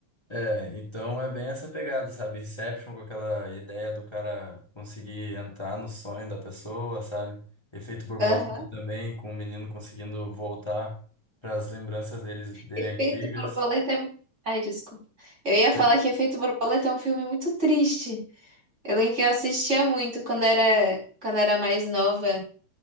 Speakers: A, on the left; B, on the right.
A: É, então é bem essa pegada, sabe? Inception com aquela ideia do cara conseguir entrar no sonho da pessoa, sabe? Efeito borboleta
B: Aham.
A: também, com o menino conseguindo voltar para as lembranças deles, dele
B: Efeito
A: antigas.
B: Borboleta é... Ai, desculpa. Eu ia falar
A: Oi?
B: que Efeito Borboleta é um filme muito triste. Eu lembro que eu assistia muito quando era, quando era mais nova.